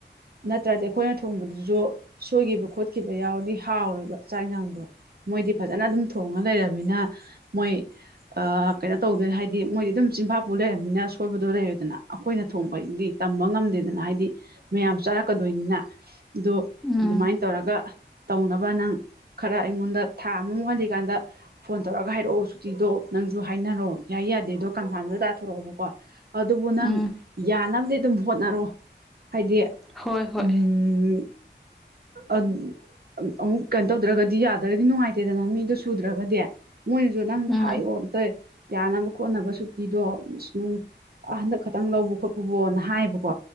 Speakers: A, on the right; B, in the centre.
A: ꯅꯠꯇ꯭ꯔꯗꯤ ꯑꯩꯈꯣꯏꯅ ꯊꯣꯡꯕꯗꯨꯁꯨ ꯁꯣꯏꯈꯤꯕ ꯈ ꯆꯠꯈꯤꯕ ꯌꯥꯎꯔꯗꯤ ꯍꯥꯎꯔꯦꯕ ꯆꯥꯛꯁꯥꯡꯗꯣ ꯃꯣꯏꯗꯤ ꯐꯖꯅ ꯑꯗꯨꯝ ꯊꯣꯡꯉ ꯂꯩꯔꯕꯅꯤꯅ ꯃꯣꯏ ꯀꯩꯅꯣ ꯇꯧꯗꯣꯏꯅꯤ ꯍꯥꯏꯗꯤ ꯃꯣꯏꯗꯤ ꯑꯗꯨꯝ ꯆꯤꯟꯐꯥꯄꯨ ꯂꯩꯔꯕꯅꯤꯅ ꯁꯣꯏꯕꯗꯣ ꯂꯩꯔꯦꯗꯅ ꯑꯩꯈꯣꯏꯅ ꯊꯣꯡꯕꯁꯤꯗꯤ ꯇꯝꯕ ꯉꯝꯗꯦꯗꯅ ꯍꯥꯏꯗꯤ ꯃꯌꯥꯝ ꯆꯥꯔꯛꯀꯗꯣꯏꯅꯤꯅ ꯑꯗꯣ
B: ꯎꯝ
A: ꯑꯗꯨꯃꯥꯏꯅ ꯇꯧꯔꯒ ꯇꯧꯅꯕ ꯅꯪ ꯈꯔ ꯑꯩꯉꯣꯟꯗ ꯊꯥ ꯑꯃꯃꯨꯛ ꯍꯜꯂꯤꯀꯥꯟꯗ ꯐꯣꯟ ꯇꯧꯔꯒ ꯍꯥꯏꯔꯛꯑꯣ ꯁꯨꯇꯤꯗꯣ ꯅꯪꯁꯨ ꯍꯥꯏꯅꯔꯣ ꯌꯥꯏ ꯌꯥꯗꯦꯗꯣ ꯀꯟꯐꯥꯔꯝꯗꯣ ꯇꯥꯊꯣꯔꯛꯑꯣꯕꯀꯣ ꯑꯗꯨꯕꯨ ꯅꯪ
B: ꯎꯝ
A: ꯌꯥꯅꯕꯗꯤ ꯑꯗꯨꯝ ꯍꯣꯠꯅꯔꯣ ꯍꯥꯏꯗꯤ
B: ꯍꯣꯏ ꯍꯣꯏ
A: ꯎꯝ ꯎꯝ ꯑꯗꯨ ꯑꯃꯨꯛ ꯀꯩꯅꯣ ꯇꯧꯗ꯭ꯔꯒꯗꯤ ꯌꯥꯗ꯭ꯔꯒꯗꯤ ꯅꯨꯡꯉꯥꯏꯇꯦꯗꯅ ꯃꯤꯗꯨꯣ ꯁꯨꯗ꯭ꯔꯒꯗꯤ ꯃꯣꯏꯅꯁꯨ ꯅꯪꯗꯣ
B: ꯎꯝ
A: ꯍꯥꯏꯌꯣ ꯑꯝꯇ ꯌꯥꯅꯕ ꯈꯣꯠꯅꯕ ꯁꯨꯇꯤꯗꯣ ꯅꯨꯡ ꯍꯟꯗꯛ ꯈꯇꯪ ꯂꯧꯕ ꯈꯣꯠꯄꯕꯣꯅ ꯍꯥꯏꯌꯦꯕꯀꯣ